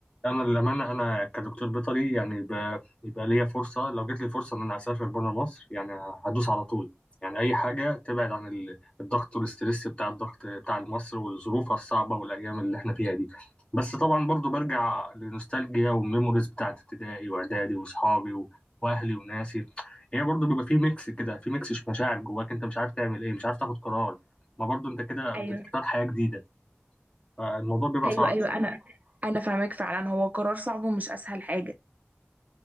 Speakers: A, on the left; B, on the right.
A: انا للامانه انا كدكتور بيطري يعني ب- يبقى ليا فرصه لو جت لي فرصه ان انا اسافر بره مصر يعني هدوس على طول يعني اي حاجه تبعد عن ال- الضغط والاسترس بتاع الضغط بتاع مصر والظروف الصعبه والايام اللي احنا فيها دي بس طبعا برضو برجع للنوستالجيا والميموريز بتاعت ابتدائي واعدادي واصحابي و- واهلي وناسي هي برضو بيبقى في ميكس كده في ميكس مشاعر جواك انت مش عارف تعمل ايه مش عارف تاخد قرار ما برضو انت كده بتختار
B: ايوه
A: حياه جديده فالموضوع بيبقى
B: ايوه
A: صعب
B: ايوه انا انا فاهمك فعلا هو قرار صعب ومش اسهل حاجه